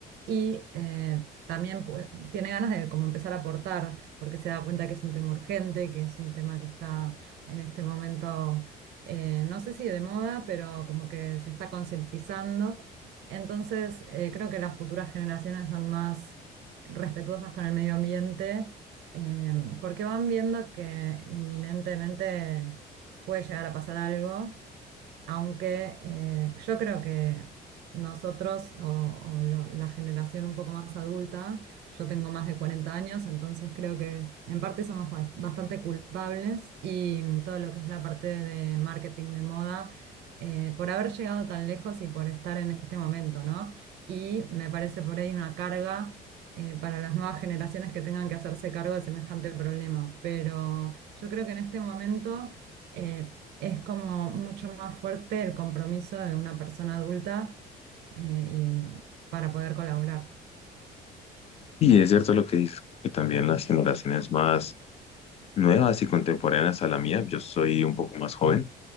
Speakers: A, on the right; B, on the left.
A: y eh, también pues, tiene ganas de como empezar a aportar, porque se da cuenta que es un tema urgente, que es un tema que está en este momento... eh, no sé si de moda, pero como que se está concientizando entonces, eh, creo que las futuras generaciones son más respetuosas con el medio ambiente, eh, porque van viendo que inminentemente puede llegar a pasar algo aunque eh, yo creo que nosotros o, o lo- la generación un poco más adulta, yo tengo más de 40 años, entonces creo que en parte somos bas- bastante culpables y mm, todo lo que es la parte de marketing de moda, eh, por haber llegado tan lejos y por estar en este momento, ¿no? Y me parece por ahí una carga eh, para las nuevas generaciones que tengan que hacerse cargo de semejante problema. Pero yo creo que en este momento eh, es como mucho más fuerte el compromiso de una persona adulta eh, y para poder colaborar.
B: Y es cierto lo que dices, que también las generaciones más nuevas y contemporáneas a la mía. Yo soy un poco más joven.